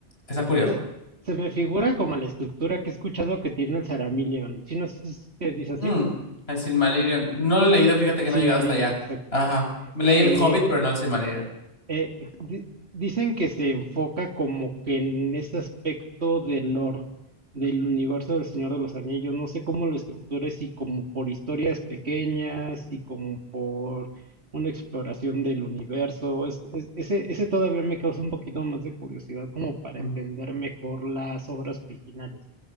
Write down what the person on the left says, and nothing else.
está curioso.
Mm, el Silmarillion. No lo he leído, fíjate que
no he llegado hasta allá.
Ajá. Me leí
el Hobbit, pero no el Silmarillion.
Ujú.